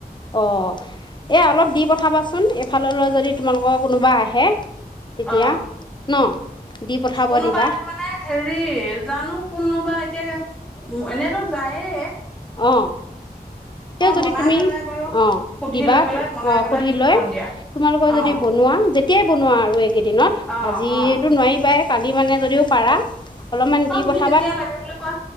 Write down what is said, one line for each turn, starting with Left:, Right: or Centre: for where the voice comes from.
Left: অ এ অলপ দি পঠাবাচোন এফাললৈ যদি তোমালোকৰ কোনোবা আহে তেতিয়া
Centre: অ
Left: ন? দি পঠাব
Centre: কোনোবা
Left: দিবা,
Centre: আহে মানে হেৰি জানো কোনো এতিাকে এনেইতো যায়েে
Left: অ তে যদি
Centre: বনাই
Left: তুমি
Centre: পেলাই বাৰু
Left: অ
Centre: সুধি
Left: দিবা
Centre: লৈ পেলাই বনাই
Left: অ
Centre: পেলাই
Left: সুধি
Centre: দি
Left: লৈ
Centre: পঠাম দিয়া
Left: তোমালোকৰ যদি
Centre: অ
Left: বনোৱা যেতিয়াই বনোৱা আৰু এইকেইদিনত
Centre: অ
Left: আজিো
Centre: অ
Left: নোৱাৰিবাই কালি মানে যদিও পাৰা অলপমান দি
Centre: কাৰ
Left: পঠাবা
Centre: তুমি যেতিয়া লাগে বুলি কোৱা